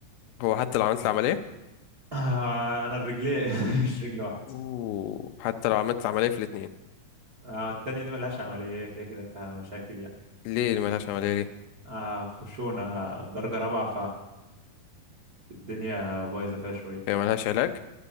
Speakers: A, on the left; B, on the right.
A: هو حتى لو عملت العملية
B: آه، انا الرجلين <laughs> مش رجل واحده
A: اوه حتى لو عملت العملية في الاتنين
B: آه، التانية دي ملهاش عملية هي كده كده فيها مشاكل يعني
A: ليه اللي ملهاش عملية ليه
B: آه، خشونة درجة رابعة فالدنيا بايظة فيها شوية
A: هي ملهاش علاج